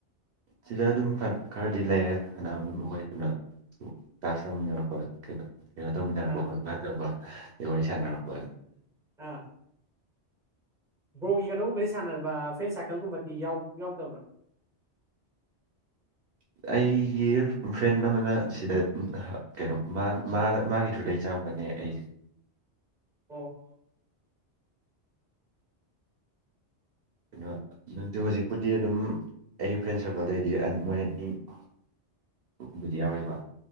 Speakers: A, on the right; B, in the centre.
A: ꯁꯤꯗ ꯑꯗꯨꯝ ꯈꯔꯗꯤ ꯂꯩꯔꯦ ꯑꯅꯅ ꯃꯈꯣꯏꯗꯨꯅ ꯆꯥꯛꯁꯃꯤꯟꯅꯔꯛꯄ ꯀꯩꯅꯣ ꯀꯩꯅꯣ ꯇꯧꯃꯤꯟꯅꯔꯛꯄ
B: ꯑꯥ
A: ꯈꯣꯠꯄ ꯇꯧꯕ ꯑꯗ ꯋꯥꯔꯤ ꯁꯥꯟꯅꯔꯛꯄ
B: ꯑꯥ ꯕ꯭ꯔꯣꯒꯤ ꯀꯩꯅꯣꯒꯨꯝꯕꯗꯤ ꯁꯥꯟꯅꯕ ꯐ꯭ꯔꯦꯟ ꯁꯥꯔꯀꯜꯒꯨꯝꯕꯗꯤ ꯌꯥ ꯌꯥꯎꯗꯕ꯭ꯔꯥ
A: <inaudible> ꯑꯩꯒꯤ ꯐ꯭ꯔꯦꯟ ꯑꯃꯅ ꯁꯤꯗ ꯀꯩꯅꯣ ꯃꯥ ꯃꯥꯅ ꯃꯥꯒꯤ ꯊ꯭ꯔꯨꯗꯩ ꯆꯪꯉꯛꯄꯅꯤ ꯑꯩ
B: ꯑꯣ
A: ꯑꯗꯨ ꯅꯠꯇ ꯍꯧꯖꯤꯛꯄꯨꯗꯤ ꯑꯗꯨꯝ ꯑꯩꯒꯤ ꯐ꯭ꯔꯦꯟ ꯁꯥꯔꯀꯜꯗꯩꯗꯤ ꯃꯣꯏ ꯑꯅꯤꯕꯨꯗꯤ ꯌꯥꯎꯔꯤꯕ